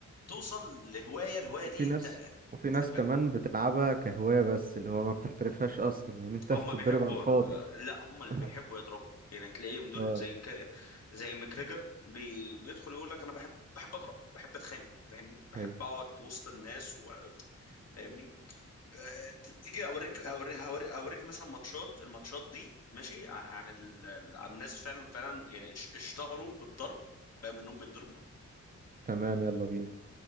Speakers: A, on the left; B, on the right.
A: توصل لهوايه الهوايه
B: وفي
A: دي
B: ناس
A: انت
B: وفي ناس
A: تحبها
B: كمان بتلعبها كهواية بس اللي هو ما بتحترفهاش أصلا يعني أنت
A: هم
B: <laughs> بتتضرب
A: بيحبوا
B: على الفاضي
A: لا هم اللي
B: <laughs>
A: بيحبوا يضربوا يعني تلاقيهم دول
B: اه
A: زي كا- زي ماكريجر بي... بيدخل يقول لك انا بحب بحب اضرب بحب اتخانق فاهمني بحب
B: ايوه
A: اقعد وسط الناس و... فاهمني آه، تيجي اوريك اوريك هوريك اوريك مثلا ماتشات الماتشات دي ماشي عن ال... عن الناس فعلا فعلا يعني اش- اشتهروا بالضرب فاهم انهم بيتضربوا
B: تمام يلا بينا